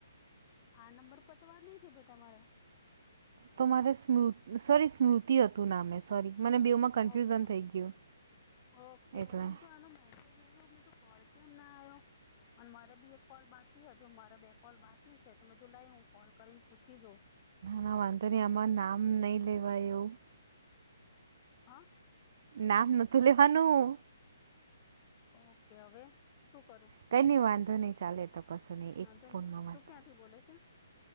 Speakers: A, on the left (about 30°); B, on the right (about 55°).
A: આ નંબર પરતો વાત નહી થઈ ભઈ તમાર.
B: તો મારે સ્મૃ સોરી સ્મૃતિ હતું નામે સોરી. મને બેવમાં કન્ફ્યુઝન
A: ઓકે
B: થઈ ગયું
A: ઓકે
B: એટલે
A: મે તો આનો મેસેજ આયો મે તો કોલ કેમ ના આવ્યો અને મારે બી એક કોલ બાકી હજુ માં ર બે કોલ બાકી છે તો મેધું લઈ હું કોલ કરીને પૂછી જોઉ.
B: ના વાંધો નહી આમાં નામ નહી લેવાય એવું.
A: હા.
B: નામ નતું લેવાનું.
A: ઓકે હવે. શું કરૂ?
B: કઈ ન વાંધો નહી, ચાલે એ તો- કશું નહી
A: હાં,
B: એક
A: તને,
B: ફોનમાં
A: તું,
B: વાંધો
A: ક્યાં થી બોલે છે?